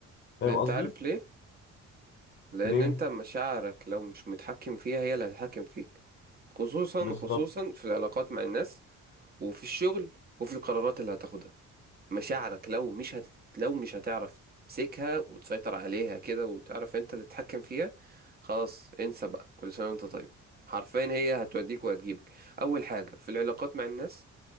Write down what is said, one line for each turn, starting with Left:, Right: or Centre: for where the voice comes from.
Left: فاهم
Right: أنت
Left: قصدي
Right: عارف ليه؟ لأن
Left: ليه
Right: أنت مشاعرك لو مش متحكم فيها هي اللي هتتحكم فيك خصوصا
Left: بالظبط
Right: خصوصا في العلاقات مع الناس وفي الشغل وفي القرارات اللي هتاخدها مشاعرك لو مش هت... لو مش هتعرف تمسكها وتسيطر عليها كده وتعرف انت اللي تتحكم فيها خلاص انسى بقى كل سنة وانت طيب حرفيا هي هتوديك وهتجيبك اول حاجة في العلاقات مع الناس